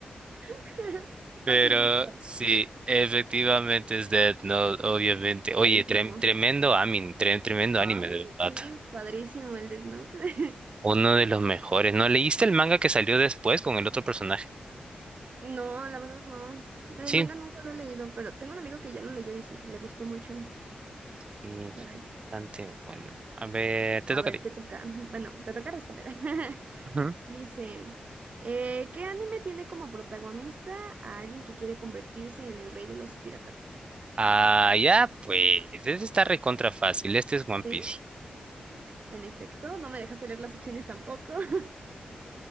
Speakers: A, on the right (about 50°); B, on the right (about 35°).
A: ah.
B: Pero
A: <laughs> Fácil.
B: sí, efectivamente es Death Note, obviamente.
A: Clarísimo.
B: Oye, trem- tremendo, amin, trem- tremendo
A: Ay,
B: anime, de verdad.
A: sí, padrísimo el Death Note. <laughs>
B: Uno de los mejores. ¿No leíste el manga que salió después con el otro personaje?
A: No, la verdad no. El
B: Sí.
A: manga nunca lo he leído, pero tengo un amigo que ya lo leyó y sí, le gustó mucho.
B: Y
A: A ver,
B: bastante bueno. A ver, te
A: a
B: toca
A: ver,
B: a ti.
A: te toca. Bueno, te toca responder. <laughs>
B: Ujú.
A: Dice, eh, ¿qué anime tiene como protagonista a alguien que quiere convertirse en el rey de los piratas?
B: Ah, ya, pues. Este está recontra fácil. Este es One Piece.
A: Sí, en efecto, no me dejaste leer las opciones tampoco. <laughs>